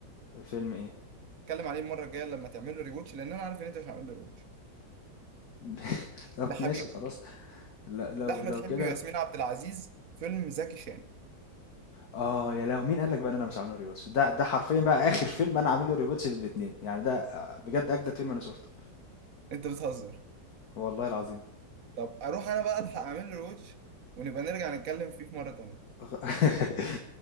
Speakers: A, on the left (about 55°); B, on the right (about 55°).
A: فيلم إيه؟
B: اتكلم عليه المره الجايه لما تعمل له ريواتش لان انا عارف ان انت مش هعمل له ريواتش
A: <laughs> طب
B: لحبيبه
A: ماشي خلاص ل لو
B: لاحمد
A: لو
B: حلمي
A: كده
B: وياسمين عبد العزيز فيلم زكي شان
A: آه يا لهوي مين قال لك بقى إن أنا مش عامل له rewatch ده ده حرفيًا بقى آخر فيلم أنا عامل له rewatch للاتنين يعني ده آه، بجد أجدد فيلم أنا شُفته
B: انت بتهزر
A: والله العظيم.
B: طب اروح انا بقى الحق اعمل له روتش ونبقى نرجع نتكلم فيه في مرة تانية
A: <laughs>